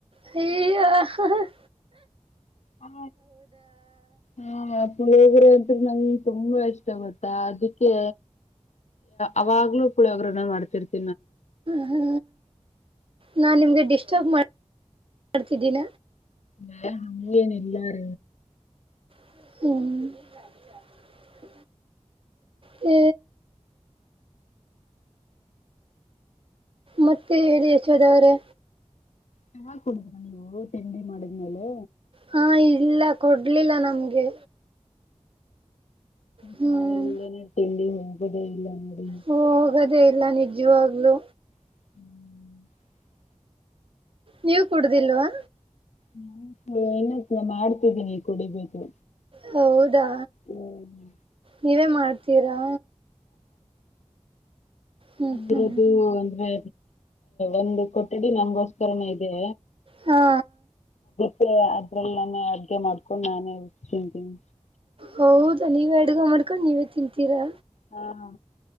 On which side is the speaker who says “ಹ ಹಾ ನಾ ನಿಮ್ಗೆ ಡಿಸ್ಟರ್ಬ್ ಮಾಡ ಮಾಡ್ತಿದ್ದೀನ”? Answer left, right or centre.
Right